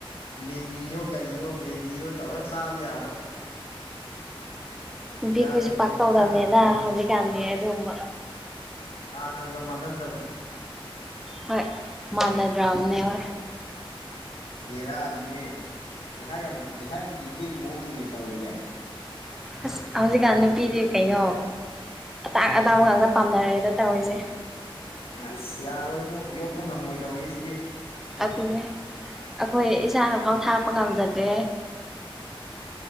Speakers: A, on the left (about 80°); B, in the centre.
A: ꯃꯦꯃꯤꯌꯣ ꯀꯔꯤꯌꯣ ꯃꯦꯒꯤꯌꯣ ꯇꯧꯔ ꯆꯥꯕ ꯌꯥꯕ
B: ꯅꯨꯄꯤꯈꯣꯏꯖꯨ
A: ꯌꯥꯗ꯭ꯔꯦꯅꯦ
B: ꯄꯥꯛꯇꯧꯗꯕꯅꯦꯗ
A: ꯏꯟꯁꯥꯡ ꯍꯥꯎꯇꯗꯤ
B: ꯍꯧꯖꯤꯛꯀꯥꯟꯗꯤ ꯑꯗꯨꯒꯨꯝꯕ
A: ꯍꯥꯟꯅꯒ ꯃꯥꯟꯅꯗ꯭ꯔꯕ
B: ꯍꯣꯏ ꯃꯥꯟꯅꯗ꯭ꯔꯕꯅꯦ ꯍꯣꯏ
A: ꯕꯦꯔꯥꯅꯤꯌꯦ ꯄꯩꯁꯥ ꯌꯥꯝ ꯄꯩꯁꯥ ꯌꯥꯝ ꯇꯤꯡꯕꯩ ꯃꯑꯣꯡꯅꯤꯅꯦ ꯇꯧꯔꯤꯖꯦ
B: ꯑꯁ ꯍꯧꯖꯤꯛꯀꯥꯟ ꯅꯨꯄꯤꯗꯤ ꯀꯩꯅꯣ ꯑꯇꯥꯡ ꯑꯇꯥꯡꯕ ꯉꯥꯛꯇ ꯄꯥꯝꯅꯔꯦꯗ ꯇꯧꯔꯤꯖꯦ
A: ꯑꯁ ꯌꯥꯔꯣꯏꯕꯣ ꯌꯣꯛꯄ ꯉꯝꯃꯣꯏꯗꯧꯔꯤ ꯁꯤꯗꯤ
B: ꯑꯗꯨꯅꯦ ꯑꯩꯈꯣꯏ ꯏꯁꯥꯅꯐꯥꯎ ꯊꯥꯛꯄ ꯉꯝꯖꯗ꯭ꯔꯦ